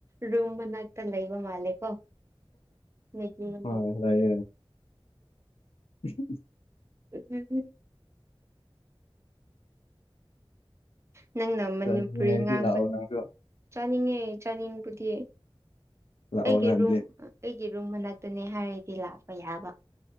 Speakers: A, on the right; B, on the left.
A: ꯔꯨꯝ ꯃꯅꯥꯛꯇ ꯂꯩꯕ ꯃꯥꯜꯂꯦꯀꯣ ꯂꯩꯇꯦ <unintelligible>
B: ꯍꯣꯏ ꯂꯩꯌꯦ <inaudible>
A: <unintelligible> ꯅꯪꯅ ꯃꯅꯤꯄꯨꯔꯤ
B: ꯆꯠꯅꯤꯡꯉꯥꯏꯗꯤ
A: ꯉꯥꯡꯕ
B: ꯂꯥꯛꯑꯣ ꯅꯪꯁꯨ
A: ꯆꯥꯅꯤꯡꯉꯦ ꯆꯥꯅꯤꯡꯕꯨꯗꯤ
B: ꯂꯥꯛꯑꯣ
A: ꯑꯩꯒꯤ
B: ꯅꯍꯥꯟꯗꯤ
A: ꯔꯨꯝ ꯑꯩꯒꯤ ꯔꯨꯝ ꯃꯅꯥꯛꯇꯅꯦ ꯍꯥꯏꯔꯗꯤ ꯂꯥꯛꯄ ꯌꯥꯕ